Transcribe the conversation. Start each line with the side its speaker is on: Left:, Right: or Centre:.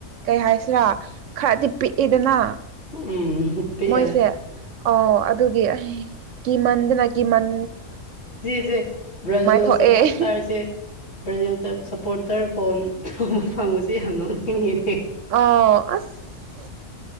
Right: ꯀꯩ ꯍꯥꯏꯁꯤꯔꯥ ꯈꯔꯗꯤ ꯄꯤꯛꯏ ꯑꯅ
Left: ꯎꯝ ꯄꯦꯜꯂꯦ
Right: ꯃꯣꯏꯁꯦ ꯑ ꯑꯗꯨꯒꯤ ꯀꯤꯃꯟꯗꯅ ꯀꯤꯃꯟ
Left: ꯁꯦ ꯕ꯭ꯔꯥꯖꯤꯜ
Right: ꯊꯣꯛꯑꯦ
Left: ꯁꯄꯣꯠ ꯇꯥꯔꯁꯦ ꯭ꯔꯥꯖꯤꯜ ꯁꯄꯣꯠ ꯑꯣꯇꯔ ꯐꯣꯟ ꯊꯣꯡꯕ ꯐꯪꯕꯕꯁꯤꯦ ꯌꯥꯝ ꯅꯣꯛꯛꯅꯤꯡꯉꯤ
Right: ꯑ ꯑꯁ